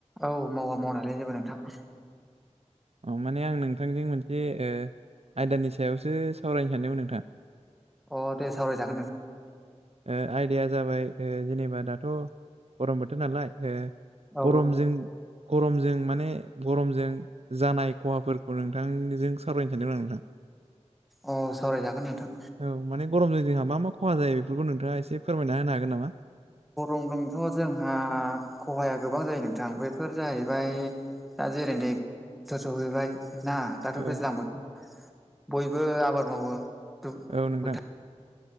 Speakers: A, in the centre; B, on the right (about 60°).
A: औ मावा मावनायालाय जेबो नोंथां
B: अ माने आं नोंथांजों मोनसे ओ आयदानि सायावसो सावरायनो सानदोंमोन नोंथां
A: अ दे सावरायजागोन
B: <inaudible> ओ आयदाया जाबाय ओ जेनेबा दाथ' गरम बोथोर नालाय ओ
A: औ
B: गरमजों गरमजों माने गरमजों जानाय खहाफोरखौ नोंथांजों सावरायनो सानदोंमोन आं नोंथां
A: औ अ सावरायजागोन नोंथां
B: औ माने गरम जोंहा मा-मा खहा जायो बेफोरखौ नोंथाङा एसे फोरमायना होनो हागोन नामा?
A: गरमजोंथ' जोंहा खहाया गोबां जायो नोंथां बफोर जाहैबाय दा जेरै <unintelligible> सहैबाय ना दाथ'
B: औ
A: दैज्लां बोथोर बयबो आबाद मावो दु-फोथार
B: औ नोंथां